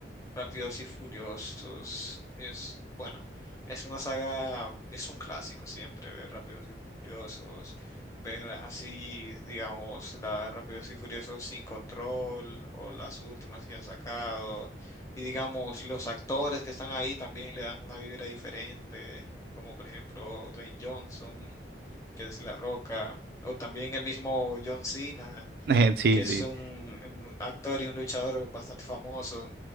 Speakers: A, on the left; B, on the right.
A: Rápidos y Furiosos es, bueno, es una saga, es un clásico siempre ver Rápidos y Furiosos, ver así, digamos, la Rápidos y Furiosos sin control o las últimas que han sacado. Y digamos, los actores que están ahí también le dan una vibra diferente, como por ejemplo Dwayne Johnson, que es La Roca, o también el mismo John Cena
B: <laughs> Sí,
A: que es
B: sí,
A: un, un actor y un luchador bastante famoso.